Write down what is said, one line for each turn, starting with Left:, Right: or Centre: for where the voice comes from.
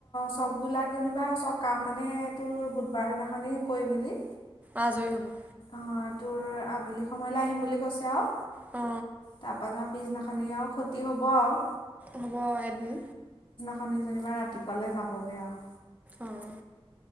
Left: চববিলাক যেনিবা চব কাম মানে তোৰ বুধবাৰ দিনাখনি কৰি মেলি।
Right: আজৰি হ'ব।
Left: অ তোৰ আবেলি সময়লৈ আহিম বুলি কৈছে আৰু।
Right: অ,
Left: তাৰপা য পিছদিনাখনি আৰু ক্ষতি হব আৰু।
Right: হ'ব এদিন।
Left: শনিজনিবাৰ ৰাতিপুৱালৈ যাবগে আৰু।
Right: অঁ,